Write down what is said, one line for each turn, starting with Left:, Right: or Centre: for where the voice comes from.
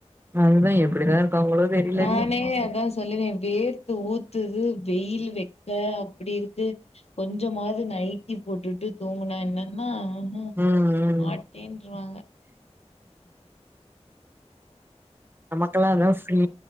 Right: அதுதான் எப்படிதான் இருக்காங்களோ தெரியலடி.
Left: நானே அதா சொல்லுவே வேர்த்து ஊத்துது வெயிலு வெக்க அப்டி இருக்கு கொஞ்சமாவ்து நைட்டி போட்டுட்டு தூங்குனா என்ன னா ஆஹ
Right: ம், ம்.
Left: மாட்டேன்றுவாங்க
Right: நமக்குல்லா அதா ஃப்ரீ